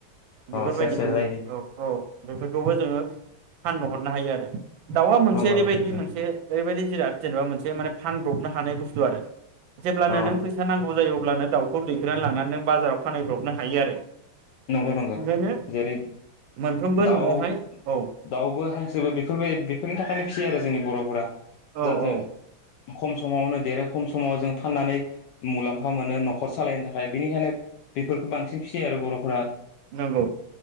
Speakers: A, on the left; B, on the right.
A: अ
B: बेफोरबायदिखौ
A: सेरसे जायो
B: औ औ बेफोरखौबो जोङो फाननो हरनो हायो आरो। दाउआ मोनसे
A: नंगौ
B: ओरैबायदि
A: नंगौ नोंथां
B: मोनसे ओरैबायदि जिराद जेनेबा मोनसे माने फानब्रबनो हानाय बुस्थु आरो जेब्ला नो
A: अ
B: नों फैसा द जायोब्लानो दाउखौ दैखोनानै लांनानै नों बाजाराव फानब्रबनो हायो आरो
A: नंगौ नंगौ
B: ओंखायनो
A: जेरै
B: मोनफ्रोमबो
A: दाउ
B: न'आवहाय औ
A: दाउबो हांसोबो बेफोरबाय बेफोरनि थाखायनो फिसियो आरो जोंनि बर'फोरा
B: औ
A: जाहाथे
B: औ
A: खम समावनो देरो खम समाव जों फाननानै मुलाम्फा मोनो न'खर सालायनो थाखाय बेनिखायनो बेफोरखौ बांसिन फिसियो आरो बर' फ्रा
B: नंगौ